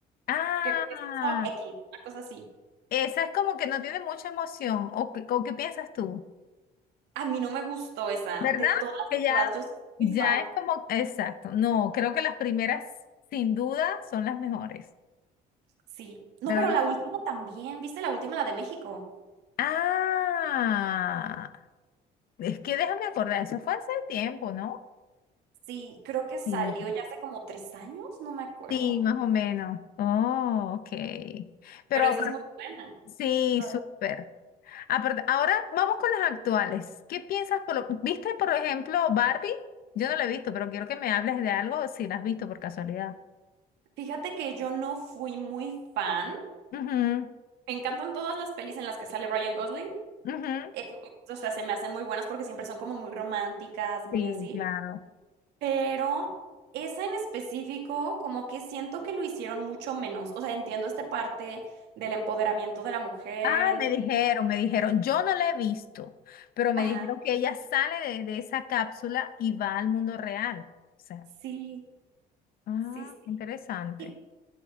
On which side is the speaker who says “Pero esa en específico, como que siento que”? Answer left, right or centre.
Right